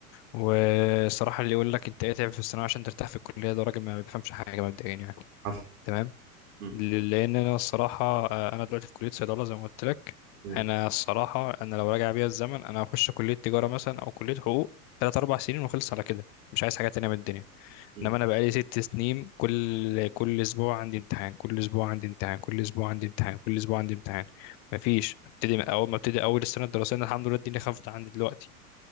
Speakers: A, on the left (about 35°); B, on the right (about 70°).
A: والصراحة اللي يقول لك أنت اتعب في الثانوية عشان ترتاح في الكلية ده راجل ما بيفهمش حاجة مبدئيا يعني
B: حصل
A: تمام
B: مم.
A: ل- لان انا الصراحه آه، انا دلوقتي في كليه صيدله زي ما قلت لك
B: مم.
A: انا الصراحه انا لو راجع بيا الزمن انا هخش كليه تجاره مثلا او كليه حقوق تلات اربع سنين وخلص على كده مش عايز حاجه تانية من الدنيا
B: مم.
A: انما انا بقالي ست سنين كل كل اسبوع عندي امتحان كل اسبوع عندي امتحان كل اسبوع عندي امتحان كل اسبوع عندي امتحان مفيش ابتدي من اول ما ابتدي اول السنه الدراسيه أنا الحمد لله الدنيا خفت عندي دلوقتي